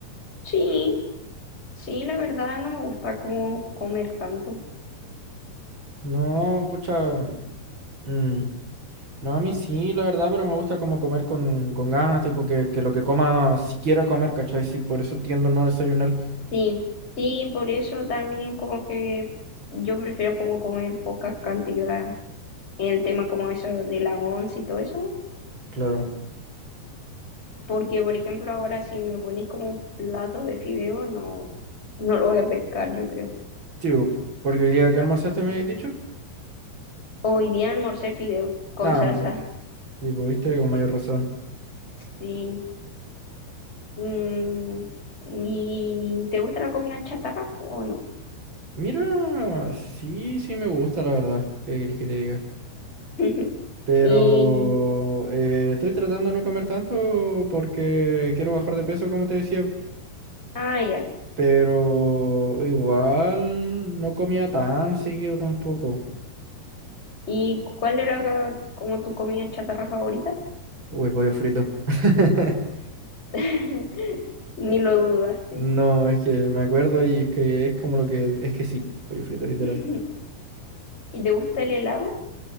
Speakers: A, on the left; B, on the right.
A: sí. Sí, la verdad no me gusta como comer tanto.
B: No, pucha. mm, No, a mí sí, la verdad, pero me gusta como comer con, con ganas, tipo que, que lo que coma, si quiera comer, ¿cachai? Sí, por eso tiendo a no desayunar.
A: Sí, sí, por eso también como que yo prefiero como comer pocas cantidades. En el tema como eso de la once y todo eso,
B: Claro.
A: porque por ejemplo ahora si me pones como platos de fideo, no, no lo voy a pescar, yo creo.
B: Sí, bo, porque hoy día que almorzaste me he dicho.
A: Hoy día almorcé fideo con
B: Nada,
A: salsa. <laughs>
B: tipo, viste con mayor razón.
A: Sí. Mm, ¿y te gusta la comida chatarra o no?
B: Mira, sí, sí me gusta, la verdad. ¿Qué querés que te diga?
A: <laughs>
B: Pero
A: Y,
B: eh, estoy tratando de no comer tanto porque quiero bajar de peso, como te decía.
A: ah, ya.
B: Pero igual no comía tan seguido tampoco.
A: ¿Y cuál era ca- como tu comida chatarra favorita?
B: Uy, pollo frito. <laughs>
A: <laughs> Ni lo dudaste.
B: No, es que me acuerdo y es que es como lo que... Es que sí, pollo frito, literal.
A: <laughs> ¿Y te gusta el helado?